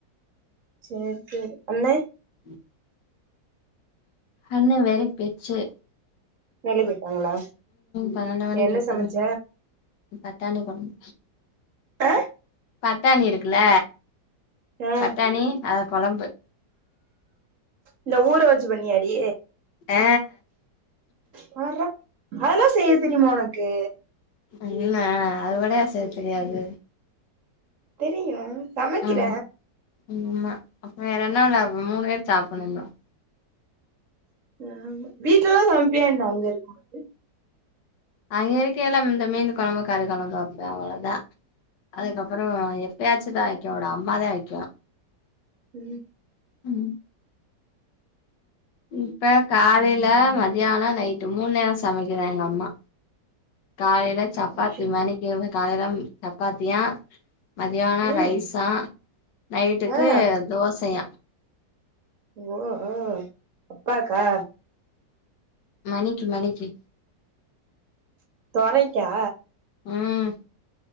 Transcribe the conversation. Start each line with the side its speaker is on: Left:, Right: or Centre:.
Right: சேரி சேரி அண்னே
Left: ம் அண்ண வேலைக்கு பேய்ச்சு
Right: வெளிய போய்ட்டாங்களா
Left: பன்னெண்டு மணிக்கு
Right: என்ன
Left: இப்பதா
Right: சமச்ச
Left: பட்டாணி கொழம்பு
Right: அ
Left: பட்டாணி இருக்குல்ல
Right: ஆ
Left: பட்டாணி அத கொழம்பு
Right: இத ஊர வச்சி பண்னியாடி
Left: அ
Right: பார்ரா அதெல்லா செய்ய தெரிமா உனக்கு
Left: என்ன அது கூடயா செய்ய தெரியாது
Right: தெரியு சமைக்கிற
Left: ஆ ஆமா அப்போ வேற என்ன இ ம்மா வேற என்ன வேல மூணு பேர் சாப்பிடணு <unintelligible>
Right: ஆமா வீட்டுலல்லா சமைப்பியா என்ன அங்க இருக்கும் போது
Left: அங்க இருக்கயில இந்த மீன் கொழம்பு கறி கொழம்பு வெப்ப அவ்வள தா அதுக்கப்புறோ எப்பயாச்சு தா வைக்க உடு அம்மாத வைக்கு
Right: ம்
Left: ம் இப்ப காலைல மதியானோ நைட்டு மூணு நேரோ சமைக்கிறா எங்க அம்மா காலைல சப்பாத்தி
Right: ஐயோ
Left: மணிக்கு வந்து காலைல சப்பாத்தியா மதியானோ
Right: ம்
Left: ரைசா நைட்டுக்கு
Right: ஆ
Left: தோசையா
Right: ஓ ஓ அப்பாக்கா
Left: மணிக்கி மணிக்கி
Right: தொரைக்கா
Left: ம்